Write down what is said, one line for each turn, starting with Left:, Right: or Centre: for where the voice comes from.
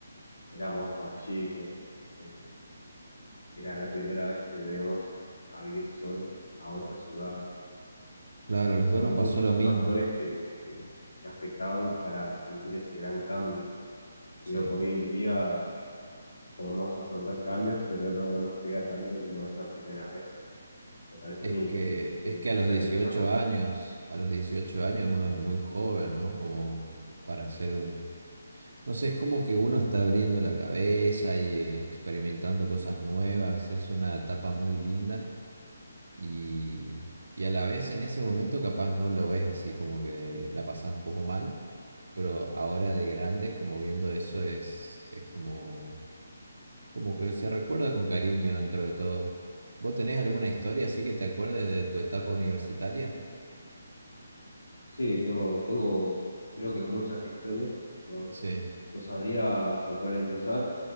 Left: éramos más chicos, eh, era la primera vez que nos íbamos a vivir solos a otra ciudad.
Right: Claro, a los dos
Left: Son
Right: nos
Left: muchos
Right: pasó lo
Left: los
Right: mismo,
Left: factores que, que que afectaban para sentir ese gran cambio. Creo
Right: sí.
Left: que hoy en día podemos afrontar cambios, pero no nos pega tanto como esa primera vez, me parece
Right: Es
Left: a mí,
Right: que,
Left: no sé, no sé,
Right: es que a los
Left: no sé
Right: 18
Left: qué pensás vos.
Right: años, a los 18 años uno es muy joven, ¿no? Como para hacer un... No sé, es como que uno está abriendo la cabeza y eh, experimentando cosas nuevas, es una etapa muy linda y, y a la vez en ese momento capaz no lo ves así, como que la pasas un poco mal, pero ahora de grande, como viendo eso, es, es como como que se recuerda con cariño dentro de todos. ¿Vos tenés alguna historia así que te acuerdes de tu etapa universitaria?
Left: Sí, tengo, tengo, creo que muchas historias, no,
Right: Sí,
Left: no sabría por cuál empezar,